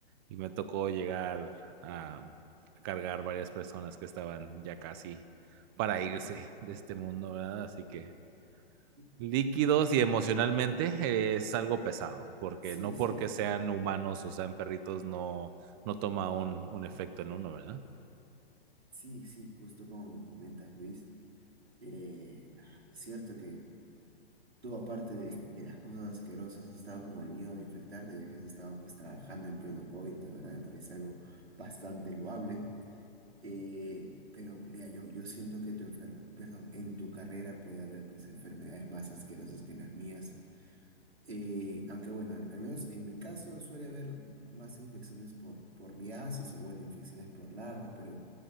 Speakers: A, on the right; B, on the right.
A: y me tocó llegar a cargar varias personas que estaban ya casi para irse de este mundo, ¿verdad? Así que
B: Y
A: líquidos
B: hablando-
A: y emocionalmente es algo pesado, porque
B: Sí,
A: no
B: sí,
A: porque sean humanos o sean perritos no, no toma un, un efecto en uno, ¿verdad?
B: sí, sí, justo como me comentas, Luis. Eh, ah, cierto Tú, aparte de, de las cosas asquerosas, has estado con el miedo de infectarte, ya que has estado pues trabajando en pleno COVID, la verdad me parece algo bastante loable. Eh, pero mira, yo, yo siento que tu enfer- perdón, en tu carrera puede haber pues enfermedades más asquerosas que en las mías. Eh, aunque bueno, al al menos en mi caso suele haber más infecciones por, por miasis o bueno, infecciones por larvas, pero